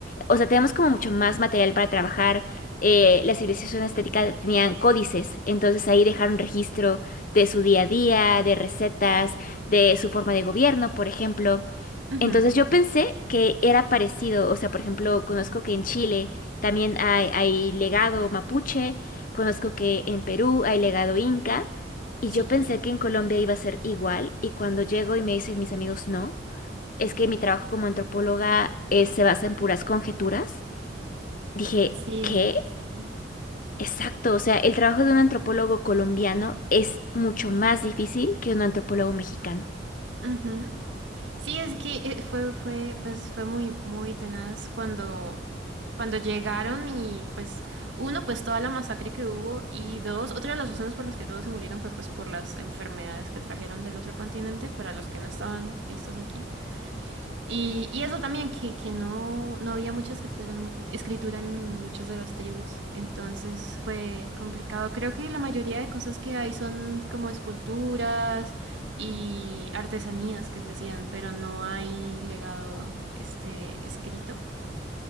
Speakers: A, on the left; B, on the right.
A: o sea, tenemos como mucho más material para trabajar. Eh, la civilización azteca tenían códices, entonces ahí dejaron registro de su día a día, de recetas, de su forma de gobierno, por ejemplo.
B: Ujú,
A: Entonces yo pensé que era parecido, o sea, por ejemplo, conozco que en Chile también hay, hay legado mapuche, conozco que en Perú hay legado inca, y
B: Sí,
A: yo pensé que en Colombia iba a ser igual, y cuando llego y me dicen mis amigos no, es que mi trabajo como antropóloga eh, se basa en puras conjeturas. Dije,
B: sí
A: ¿qué?
B: es difícil.
A: Exacto, o sea, el trabajo de un antropólogo colombiano es mucho más difícil que un antropólogo mexicano.
B: Ujú. Sí, es que eh, fue, fue, pues fue muy, muy tenaz cuando, cuando llegaron y pues, uno, pues toda la masacre que hubo y dos, otra de las razones por las que todos se murieron fue pues por las enfermedades que trajeron del otro continente para los que no estaban listos aquí. Y, y eso también, que, que no, no había mucha escritura en, mu- escritura en muchas de las tribus, entonces fue complicado. Creo que la mayoría de cosas que hay son como esculturas y artesanías que se hacían, pero no hay legado este escrito.